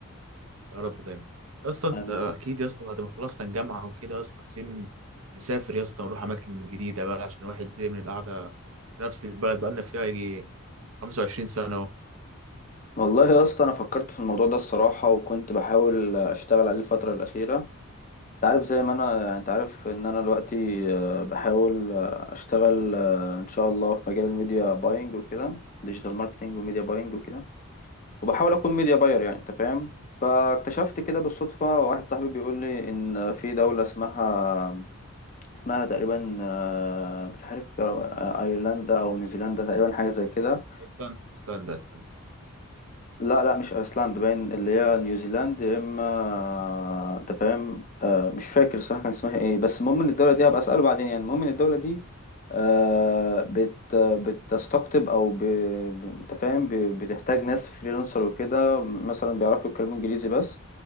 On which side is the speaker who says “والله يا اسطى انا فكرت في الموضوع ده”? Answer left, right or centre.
Left